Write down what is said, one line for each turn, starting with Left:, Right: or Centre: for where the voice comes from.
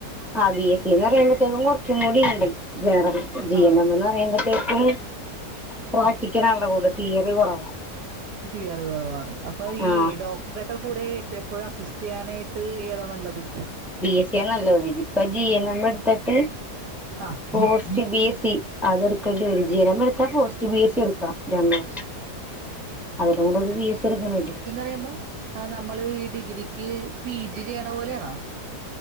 Centre: ആ ബി എസ് സിന്ന് പറയുമ്പോത്തേക്കും കുറച്ചും കൂടിണ്ട് ജനറൽ ജി
Right: ആ
Centre: എൻ എം എന്ന് പറയുമ്പഴ്ത്തേക്കും. പ്രാക്ടിക്കലാണല്ലോ
Right: ആ
Centre: കൂടുതല് തിയറി കുറവാ.
Right: തിയറി കൊറവാണ് അപ്പൊ ഈ
Centre: ആഹ്
Right: ഡോക്ടറെ റേ കൂടെ എപ്പോഴും അസിസ്റ്റ് ചെയ്യാനായിട്ട് ഏതാ നല്ലത്?
Centre: ബി എസ് സി യാ നല്ലത് ഇതിപ്പ ജി എൻ എം എടുത്തിട്ട്
Right: ആ
Centre: പോസ് പോസ്റ്റ് ബി എസ് സി അതെടുക്കേണ്ടിവരും ജി എൻ എം എടുത്താ പോസ്റ്റ് ബി എസ് സി എടുക്കണം രണ്ട് വർഷം. അതിലും നല്ലത് ബി എസ് സി എട്ക്കണെല്ലേ.
Right: പോസ്റ്റ്ന്ന് പറയുമ്പോ നമ്മള് ഈ ഡിഗ്രിക്ക് പി ജി ചെയ്യണ പോലെയാണോ.